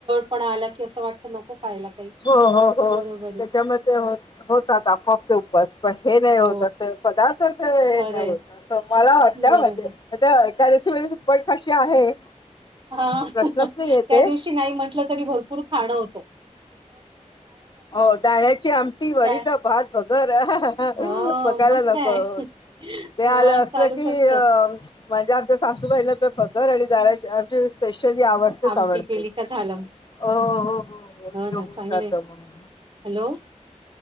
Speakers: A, on the right (about 40°); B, on the left (about 35°).
A: पण आला की असं वाटतं नको खायला काही.
B: हो हो हो
A: बरोबर आहे.
B: त्याच्यामध्ये हो होतात, आपोआपचे उपास पण हे नाही
A: हो
B: होत असं पदार्थचे हे
A: खरंय
B: नाही होत असं मला <unintelligible>
A: बरोबर
B: म्हणजे आता एकादशी वरी दुप्पट खाशी आहे.
A: हा
B: प्रश्नच
A: त्या
B: नाही येते
A: दिवशी नाही म्हटलं तरी भरपूर खाणं होतो.
B: हो दाण्याची आमटी, वरीचा
A: त्या
B: भात, भगर आहाँ हा हा
A: हो
B: बघायला
A: मग काय.
B: <unintelligible> ते
A: अ
B: आलं असलं
A: चालूच
B: की
A: असतं
B: अ म्हणजे आमच्या सासूबाईला तर भगर आणि दाराची आमची स्पेशली आवड तेच
A: आमटी
B: आवडते
A: केली का झालं.
B: ओ हो हो ते
A: ना
B: होऊन
A: चांगलंय
B: जातं मंग.
A: हॅलो.